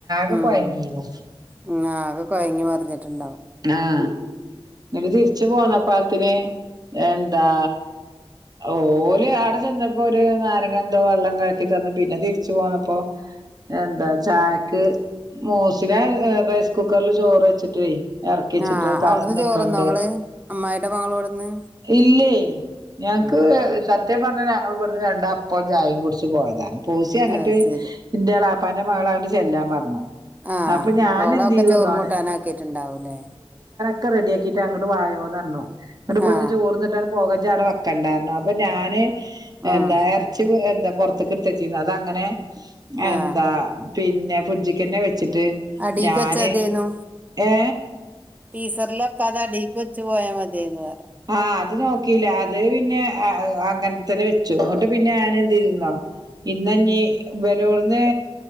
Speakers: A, on the right (about 40°); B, on the right (about 15°).
A: കെ
B: ഉം
A: കുഴങ്ങീരുന്നു
B: ഉം ആകെ കൊഴങ്ങി മറിഞ്ഞിട്ടുണ്ടാവും
A: ആഹ ഇട്ട തിരിച്ചു പോന്നപ്പോ പ്പാലത്തിന് എന്താ ഓര് ആടെ ചെന്നപ്പോ ഒരു നാരങ്കന്തോ വെള്ളം ക തന്ന പിന്നെ തിരിച്ചു പോന്നപ്പോ എന്താ ചായക്ക് മോസിന റൈസ് കുക്കറിൽ ചോറ് വച്ചിട്ടേ ഇറക്കിച്ചിട്ട്
B: ആഹ് അവിടുന്ന്
A: നക്കണ്ട്
B: ചോറുന്നോ ഇങ്ങള് അമ്മായിടെ മകളോട്ന്ന്
A: ഇല്ലേ ഞങ്ങക്ക്
B: ഉം
A: സത്യം പറഞ്ഞ ടു രണ്ട് അപ്പം ചായ കു പോയതാണ് പോസി അങ്ങിട്ട്
B: അത് ശരി
A: ഇന്റ എ അപ്പന്റെ മകള അങ്ങട്ട് ചെല്ലാൻ പറഞ്ഞു
B: ആഹ
A: അപ്പൊ ഞാൻ
B: ഓള
A: എന്ത്
B: ഒക്കെ
A: ചെയ്തുന്നോ
B: ചോറ കു ട്ടാന ആക്കിട്ടുണ്ടാവൂലേ
A: ഒക്കെ റെഡിയാക്കിയിട്ട് അങ്ങട്ട് വായോന്നോ ഇവി ഇവിടുന്ന്
B: ആഹ്
A: ചോറ്ന്നിട്ടാണ് പോകാ ചാട ഒക്കണ്ടരുന്നു അപ്പൊ ഞാന്
B: ഉം
A: എന്താ ഇറച്ചി എന്താ അ കൃത് ചെയ്യുന്നത് അത അങ്ങനെ എന്താ
B: ആഹ്
A: പി പിന്നെുഡജിക്കന്നെ വെച്ചട്ട്
B: അടീക്ക്
A: ഞാന്
B: വെച്ചതേന്നു
A: ഏ
B: ഈസറിലൊക്കെ അതാ അടിക്ക് വെച്ച് പോയാൽ മതി അതേ
A: ആഹ് അത് നോക്കിയില്ല അത് പിന്നെ അങ്ങനത്തെ വെച്ചു അങ്ങോട്ട് പിന്നെ ഞന എന്തിരുന്നോ ഇന്നഞ്ഞീ വലോടന്ന്